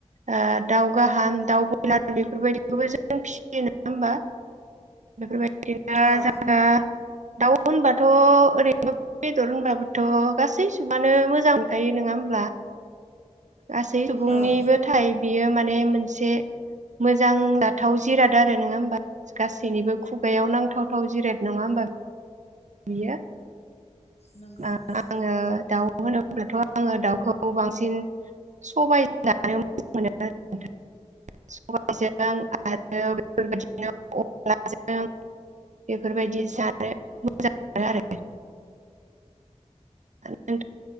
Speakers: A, on the right; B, on the left.
A: ओ दाउ गाहाम दाउ बयलार बेफोरबायदिखौबो जों फिसियो नोङा होनबा बेफोरबाय <unintelligible>
B: औ
A: दाउ होनबाथ' ओरैनो बेदर होनबाबोथ' गासै सुबुङानो मोजां मोनखायो नङा होमब्ला गासै सुबुंनिबो
B: औ
A: थाय बियो माने माने मोनसे मोजां जाथाव जिराद आरो नङा होमबा गासै बिनिबो खुब खुगायाव नांथावथाव जिराट नङा होमबा बियो
B: नोंगौ
A: ओ
B: नोंथां
A: आङो दाउ होनोब्लाथ' आङो दाउखौ बांसिन सबाय जानो मोजां मोनो आरो सबायजों आरो बेफोरबायदिनो अनलाजों बेफोरबायदि जानो आरो <unintelligible> थ' ज <unintelligible>